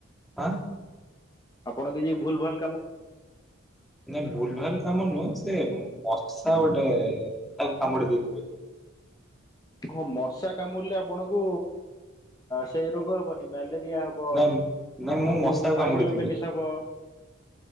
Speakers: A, in the centre; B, on the left.
A: ଆଁ!
B: ଆପଣ କିଛି ଭୁଲ୍ ଭାଲ୍
A: ନାଁ ଭୁଲ ଭାଲ କାମ ନୁହଁ। ସେ ବସା ଗୋଟେ ତାକୁ କାମୁଡି ଦେଇଥିଲେ।
B: ହଁ, ମଶା କାମୁଡ଼ିଲେ ଆପଣଙ୍କୁ ସେଇ ରୋଗ ଗ ହବନି ମ୍ୟାଲେରିଆ ହବ,
A: ନାଇଁ ନାଇଁ
B: ଆପଣଙ୍କୁ
A: ମୁଁ ମଶାକୁ
B: ମାଈଇଲୋଫେନିସ୍
A: କାମୁଡିଥିଲି
B: ହବ।